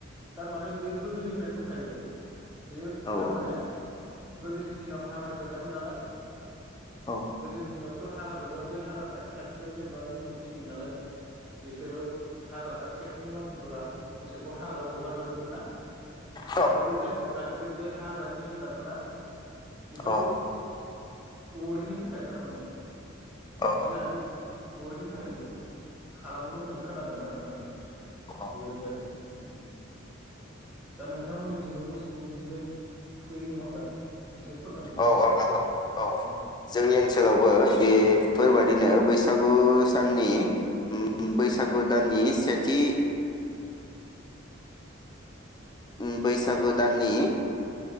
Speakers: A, in the centre; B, on the left (about 20°).
A: थारमाने बेयो गोदोनिफ्रायनो दंखायो बेयो
B: औ
A: तारमाने गोदोनि दिनाव हाग्रा गोजामोन नालाय
B: औ
A: गोदनि दिनाव थ' हाग्रा गोजामोन बै हाग्रा खाथि खाथियाव जेनेबा मोसौ फिसियोमोन नालाय बिसोरो हाग्रा खाथि खाथिनि मानसिफोरा मोसौखौ हाग्रायाव हगारहरोमोन ना
B: औ
A: ओमफ्राय बै टाइमाव जाहाथे बे हाग्रानि जुनारफोरा बिसोरखौ
B: औ
A: अरनि थाखाय थारमाने
B: औ
A: गिनानै अरनि थाखाय बेखौ खालामो मोन होननाय खोनादों तारमाने आङो
B: औ
A: बेबायदि आरो दा नोंथांमोननिथिंबो मोसौखौ बिदिनो थुखैयो नङा होमबा एसे फोरमायदो
B: औ औ नंगौ औ जोंनि
A: औ उम
B: ओनसोलावबो बेफोर बायदिनो बैसा गु साननि उम बैसागु दाननि से थि उम बैसागो दाननि